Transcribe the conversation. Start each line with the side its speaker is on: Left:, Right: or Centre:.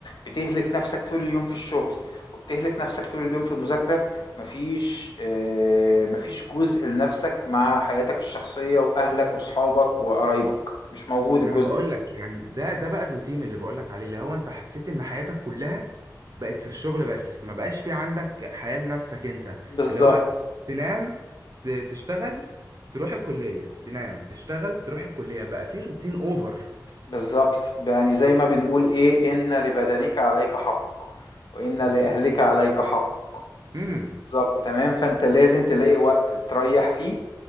Left: بتهلك نفسك طول اليوم في الشغل وبتهلك نفسك طول اليوم في المذاكرة مفيش آه، مفيش جزء لنفسك مع حياتك الشخصية وأهلك وصحابك وقرايبك مش موجود
Right: ما
Left: الجزء
Right: انا بقول لك يعني ده ده بقى الروتين اللي بقول لك عليه اللي هو انت حسيت ان حياتك كلها بقت في الشغل بس ما بقاش في عندك حياة لنفسك انت
Left: بالظبط
Right: اللي هو تنام ت- تشتغل تروح الكلية تنام تشتغل تروح الكلية بقى في روتين اوفر
Left: بالظبط يعني زي ما بنقول ايه ان لبدنك عليك حق وان
Right: بالظبط
Left: لاهلك عليك حق
Right: امم
Left: بالظبط تمام فانت لازم تلاقي وقت تريح فيه